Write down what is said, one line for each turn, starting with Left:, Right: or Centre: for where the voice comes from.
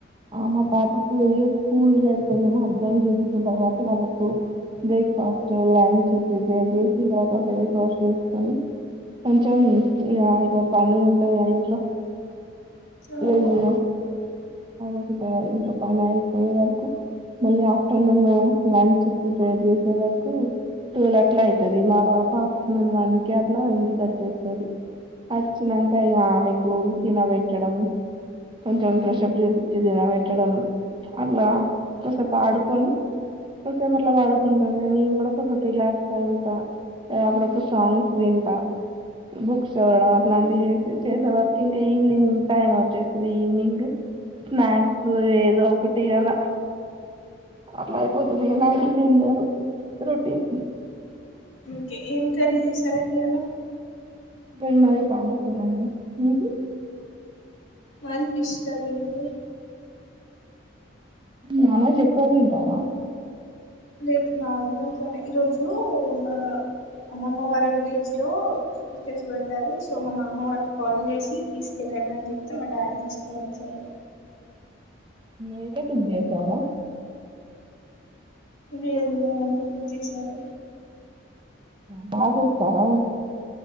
Right: మా పాపకు వెయ స్కూల్ వెళ్తుంది మా హస్బెండ్ చూసుకుంటారు కాబట్టి వాళ్ళకు బ్రేక్ఫాస్ట్ లంచ్ ప్రిపేర్ చేసి తక ఫేస్ వాష్ చేసుకొని కొంచెం ఇక ఇక పడు ఉంటంది ఆ ఇంట్లో
Left: సరే
Right: లే సట ఇంట్లో పని అయిపోయే వరకు మళ్ళీ ఆఫ్టర్నూన్ లంచ్ ప్రిపేర్ చేసే వరకు టూల అట్లా అవుతుంది మా పాప ఆఫ్టర్నూన్ వన్ కే అట్లా ఇంటికి వచ్చేస్తుంది వచ్చినాక ఇ ఆమెకు తినబెట్టడం కొంచెం ప్ర్రెషప్ చేయిచ్చి తినబట్టడం అట్లా ఒకసేపు ఆడుకొని కొసేపు అట్లా వాడుకుంటా నే కూడా కొసేపు రిలాక్స్ అయితా అప్పుడప్పుడు సాంగ్స్ వింటా బుక్స్ చడం అట్లాంటివి
Left: ఓకే
Right: చేసే వరకు ఇంకా ఈవవినింగ్ టైమ్ ఈవినింగ్ స్నాక్స్ ఏదో ఒకటి అలా అట్లా అయిపోతుంది ఇక నైట్ డిన్నర్ రొటీన్
Left: ఓకే ఏం కర్రి చేసారు సరేడియాల
Right: ఇద్దడు మది పాలకుూరండి మీది
Left: మది ఫిష్ కర్రీ అండి
Right: నాన్వెజ్ ఎక్కువ తింటారా
Left: లేదు నార్మల్గానే ఈరోజు మా అమ్మమ్మ వారి విలేజ్ లో స్చర్స్ పెట్టారు సో మా అమ్మ వారికి కాల్ చేసి తీసుకెళ్ళడి అని చెప్తే మా డాడీ తీసుకొని వచ్చాడు
Right: నదేతు ఉంది చారా
Left: లేదు మా మమ్మీ కుక్ చేశారు
Right: బా చేస్తారా